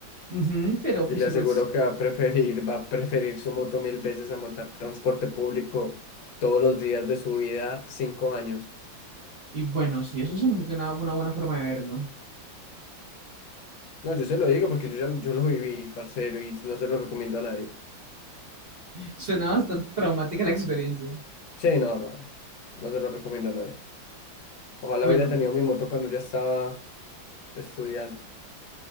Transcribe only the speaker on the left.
Y
le
aseguro que va a preferir, va a preferir su moto mil veces a montar transporte público todos los días de su vida, cinco años.
No, yo se lo digo porque yo ya lo- yo lo viví, parcero, y no se lo recomiendo a nadie.
Sí, no, no, no se lo recomiendo a nadie. Ojalá
hubiera tenido mi moto cuando ya estaba estudiando.